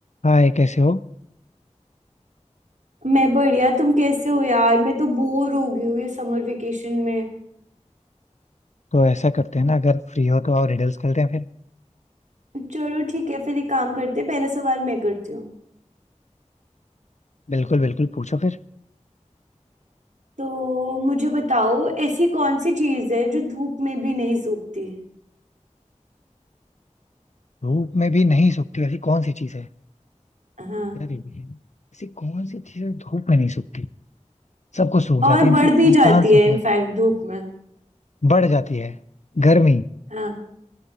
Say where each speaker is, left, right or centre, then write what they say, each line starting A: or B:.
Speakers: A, on the left (about 65°); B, on the right (about 75°).
A: हाय कैसे हो
B: मैं बढ़िया तुम कैसे हो यार मैं तो बोर हो गई हूँ ये समर वेकेशन में
A: तो ऐसा करते हैं ना अगर फ्री हो तो आओ रिडल्स खेलते हैं फिर
B: चलो ठीक है फिर एक काम करते हैं पहला सवाल मैं करती हूँ
A: बिल्कुल बिल्कुल पूछो फिर
B: तो मुझे बताओ ऐसी कौन सी चीज है जो धूप में भी नहीं सूखती
A: धूप में भी नहीं सूखती ऐसी कौन सी चीज है
B: हाँ
A: यार ये भी है। ऐसी कौन सी चीज है धूप में नहीं सूखती सबको सूख
B: और
A: जाता है
B: बढ़
A: इनफैक्ट
B: भी
A: इंसान
B: जाती है
A: सूख
B: इनफैक्ट
A: जाता
B: धूप में
A: है बढ़ जाती है गर्मी
B: हाँ